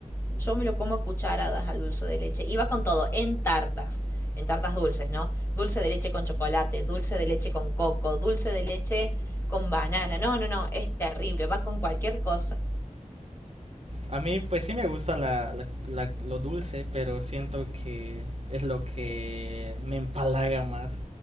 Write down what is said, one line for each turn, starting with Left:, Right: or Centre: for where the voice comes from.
Left: Yo me lo como a cucharadas al dulce de leche. Iba con todo, en tartas, en tartas dulces, ¿no? Dulce de leche con chocolate, dulce de leche con coco, dulce de leche con banana. No, no, no, es terrible, va con cualquier cosa.
Right: A mí pues sí me gusta la, la- la- lo dulce, pero siento que es lo que me empalaga más.